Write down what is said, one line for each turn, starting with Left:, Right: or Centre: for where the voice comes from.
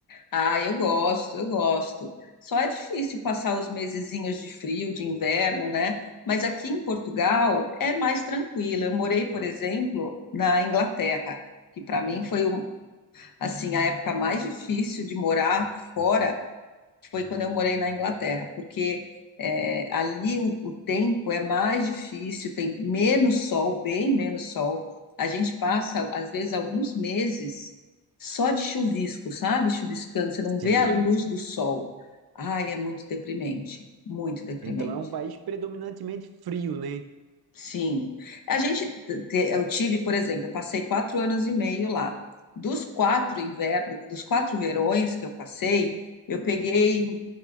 Left: Ah, eu gosto, eu gosto. Só é difícil passar os mesezinhos de frio, de inverno, né? Mas aqui em Portugal é mais tranquilo. Eu morei, por exemplo, na Inglaterra, que para mim foi um- assim a época mais difícil de morar fora foi quando eu morei na Inglaterra, porque é, ali o, o tempo é mais difícil, tem menos sol, bem menos sol. A gente passa, às vezes, alguns meses só de chuvisco, sabe? Chuviscando, você não vê
Right: Sim.
Left: a luz do sol. Ai, é muito deprimente, muito deprimente.
Right: Então é um país predominantemente frio, né?
Left: Sim. A gente, te- eu tive, por exemplo, eu passei quatro anos e meio lá. Dos quatro invernos, dos quatro verões que eu passei, eu peguei um